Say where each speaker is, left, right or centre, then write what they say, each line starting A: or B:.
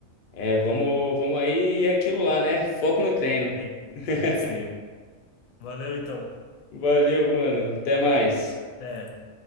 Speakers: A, on the left (about 55°); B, on the left (about 85°).
A: É, vamos, vamos aí, e é aquilo lá, né? Foco no treino.
B: Sim,
A: <laughs>
B: sim. Valeu, então.
A: Valeu, mano. Até mais.
B: Até.